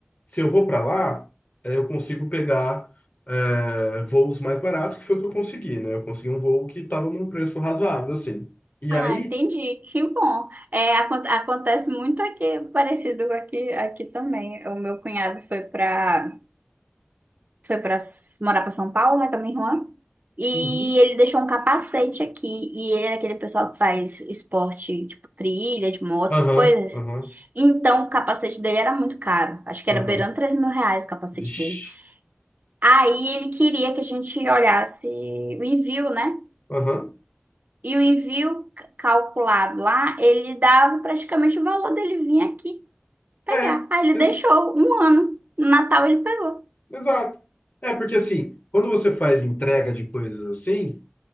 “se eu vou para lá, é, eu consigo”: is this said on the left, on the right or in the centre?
Left